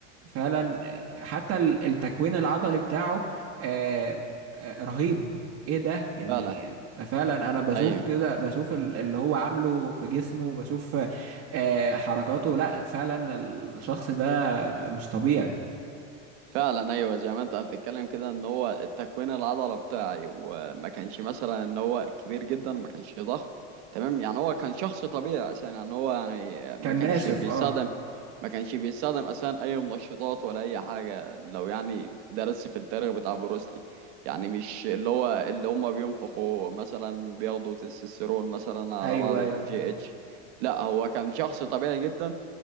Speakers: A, on the right; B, on the right.
A: فعلا حتى ال- التكوين العضلي بتاعه آه، آه، رهيب ايه ده يعني
B: فعلا
A: فعلا انا بشوف
B: ايوه
A: كده بشوف ال- اللي هو عامله في جسمه بشوف آه، حركاته لا فعلا الشخص ده مش طبيعي
B: فعلا ايوه زي ما انت بتتكلم كده ان هو تكوين العضلة بتاعي وما كانش مثلا ان هو كبير جدا ما كانش ضخم تمام يعني هو كان شخص طبيعي عشان يعني هو يعني
A: كان
B: ما كانش
A: ناشف
B: بيستخدم
A: اه
B: ما كانش بيستخدم اساسا اي منشطات ولا اي حاجه لو يعني درس في التاريخ بتاع بروسلي يعني مش اللي هو اللي هم بينفخوا مثلا بياخدوا تستوستيرون مثلا على
A: ايوه
B: بعض الجي
A: ايوه
B: اتش لا هو كان شخص طبيعي جدا